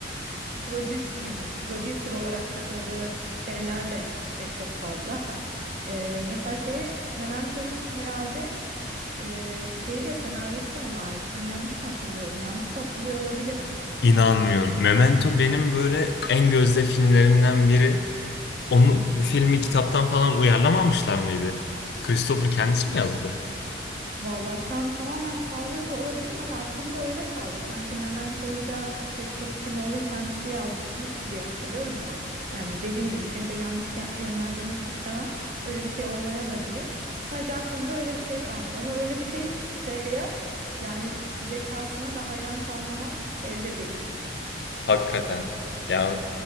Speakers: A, on the right (about 40°); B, on the left (about 60°).
A: prodü- yani prodüser olarak katıldığı şeyler de e, çok fazla. E, mesela şeyi Memento'nun herhalde e, şeyi de senaryosu da ona ait. Ben yanlış mı hatırlıyorum? Yanlış da hatırlıyor olabilirim.
B: İnanmıyorum. Memento benim böyle en gözde filmlerimden biri. Onu bu filmi kitaptan falan uyarlamamışlar mıydı? Christopher kendisi mi yazdı?
A: Valla şu an tamamen sallıyor da olabilirim ama aklımda öyle kaldı. Sanki Memento'yu da Christopher Nolan kendisi yazmıştı diye hatırlıyorum ama yani dediğim gibi seni de yanlış ya- yönlendirmek istemem. Öyle bir şey olmaya da bilir. Sadece aklımda öyle bir şey kalmış ama öyle bir şeyse eğer yani zekasına da hayran kalmamak elde değil.
B: Hakikaten. Ya